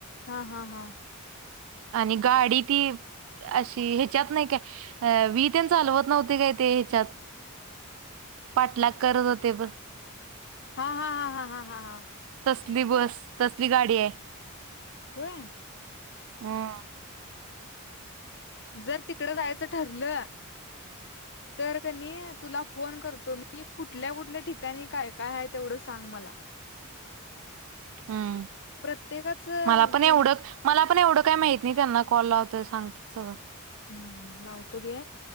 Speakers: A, on the left; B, on the right.
A: हा. हा. हा.
B: आणि गाडी ती अशी ह्याच्यात नाही काय वी तेन चालवत नव्हते काय ते ह्याच्यात. पाटलाग करत होते ब
A: हा. हा. हा. हा. हा. हा. हा.
B: तसली बस, तसली गाडी हाय,
A: होय
B: हम्.
A: जर तिकडं जायचं ठरलं तर कनी तुला फोन करतो मी, कुठल्या कुठल्या ठिकाणी काय काय आहे तेवढं सांग मला.
B: हम्म,
A: प्रत्येकाच
B: मला पण
A: पे
B: एवढं मला पण एवढं काही माहत नाही त्यांना कॉल लावत तर सांगत सगळं.
A: हम्, लावतो घे